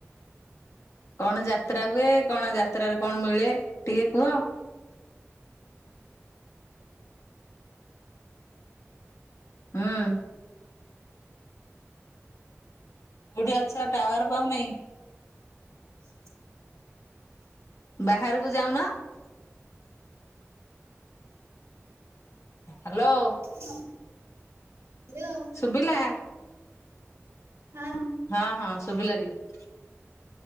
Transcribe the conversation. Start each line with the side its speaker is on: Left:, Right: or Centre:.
Left: କଣ ଯାତ୍ରା ହୁଏ। କଣ ଯାତ୍ରାରେ କଣ ମିଳେ ଟିକେ କୁହ? ହୁଁ। କୋଉଠି ଅଛ ଟାୱାର ପାଉନାଇଁ?
Right: ?
Left: ବାହାରକୁ ଯାଉନ। ହାଲୋ।
Right: ହଁ ହାଲୋ।
Left: ସୁୁବିଲା?
Right: ହଁ।
Left: ହଁ ହଁ ଶୁଭିଲା ଟିକେ